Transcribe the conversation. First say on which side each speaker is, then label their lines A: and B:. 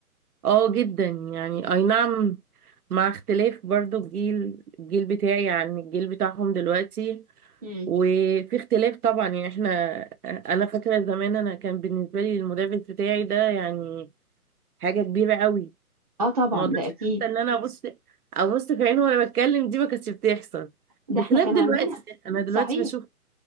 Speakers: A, on the right; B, on the right.
A: اه جدا يعني اي نعم مع اختلاف برضو الجيل الجيل بتاعي عن الجيل بتاعهم دلوقتي
B: امم
A: وفي اختلاف طبعا يعني احنا انا فاكرة زمان انا كان بالنسبة لي المدرس بتاعي ده يعني حاجة كبيرة قوي
B: اه طبعا
A: ما قدرتش
B: ده اكيد
A: حتى ان انا ابص ابص في عينه وانا بتكلم دي ما كانتش بتحصل
B: ده
A: بخلاف
B: احنا كان
A: دلوقتي
B: عندنا
A: انا دلوقتي
B: صحيح
A: بشوف